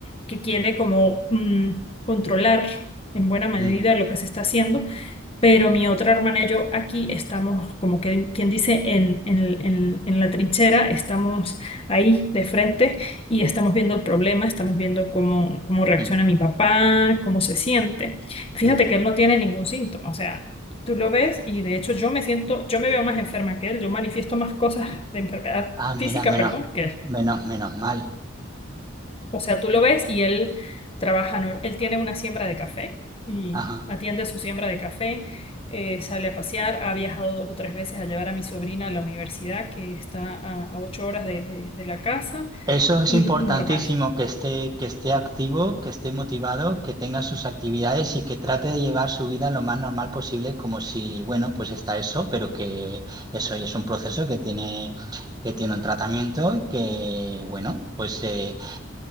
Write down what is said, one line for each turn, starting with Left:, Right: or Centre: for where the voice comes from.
Left: que quiere como mm, controlar en buena medida
Right: Mm,
Left: lo que se está haciendo, pero mi otra hermana y yo aquí estamos, como que quien dice, en, en, en, en la trinchera, estamos ahí de frente y estamos viendo el problema, estamos viendo cómo, cómo reacciona
Right: mm,
Left: mi papá, cómo se siente. Fíjate
Right: mm.
Left: que él no tiene ningún síntoma, o sea, tú lo ves y de hecho yo me siento, yo me veo más enferma que él, yo manifiesto más cosas de enfermedad
Right: Ah, mira,
Left: física,
Right: menos,
Left: perdón, que él.
Right: menos, menos mal.
Left: O sea, tú lo ves y él trabaja, nor- él tiene una siembra de café y
Right: Ajá.
Left: atiende su siembra de café. eh, sale a pasear, ha viajado dos o tres veces a llevar a mi sobrina a la universidad, que está a, a ocho horas de de- de la casa
Right: Eso es
Left: y
Right: importantísimo,
Left: normal.
Right: que esté, que esté activo, que esté motivado, que tenga sus actividades y que trate de llevar su vida lo más normal posible, como si, bueno, pues está eso, pero que eso ya es un proceso que tiene, que tiene un tratamiento y que, bueno, pues eh,